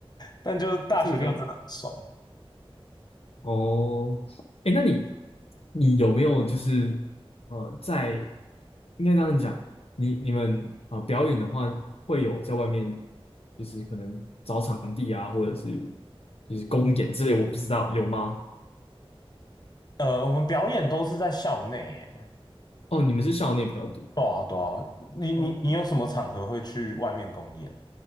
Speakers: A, on the left; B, on the left.
A: 但就是大学就真的很爽。
B: 这个哦，哎，那你你有没有就是呃，在应该这样讲，你你们啊、呃表演的话，会有在外面就是可能找场地啊，或者是就是公演之类，我不知道有吗？
A: 呃，我们表演都是在校内，耶，
B: 哦，你们是校内比较多。
A: 对啊对啊。你你你有什么场合会去外面公演？
B: 哦。